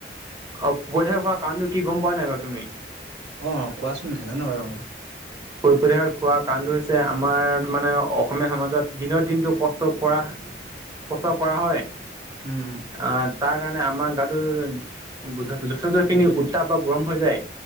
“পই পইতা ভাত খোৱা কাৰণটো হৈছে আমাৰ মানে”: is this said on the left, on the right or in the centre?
Right